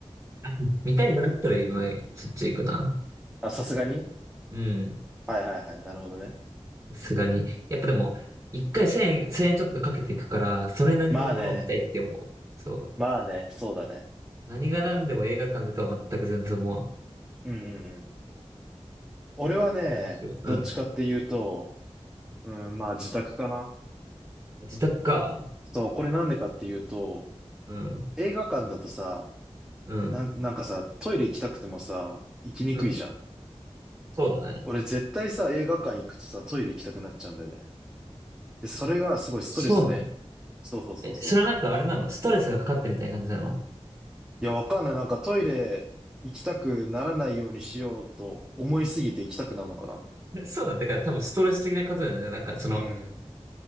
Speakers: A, on the right (about 30°); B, in the centre.
A: <laughs> 見たいんだったら、まあそっち行くな。
B: あ、さすがに
A: うん。
B: はいはいはい。なるほどね。
A: さすがに。やっぱでも、一回千円、千円ちょっとかけていくから、それなりのものを見たいって思う。
B: まあね。
A: そ
B: まあね。そうだね。
A: う。何が何でも映画館でとは全く全然思わん。
B: うんうんうん。俺はね、
A: どうしよう。
B: どっちかっていうと、
A: うん。
B: うん、まあ自宅かな。
A: あ、自宅か。
B: そう、これなんでかっていうと、
A: うん。
B: 映画館だとさ、
A: うん。
B: なん、なんかさ、トイレ行きたくてもさ、行きにくいじゃん。
A: うん。そうだね。
B: 俺絶対さ、映画館行くとさ、トイレ行きたくなっちゃうんだよね。で、それがすごいストレスで。
A: そうなの。
B: そうそうそうそう。
A: え、それはなんかあれなのストレスがかかってみたいな感じなの
B: いや、わかんない。なんかトイレ行きたくならないようにしようと思いすぎて行きたくなるのかな。
A: えそうなんだから多分ストレス的なことだよね。なんかその、
B: うん。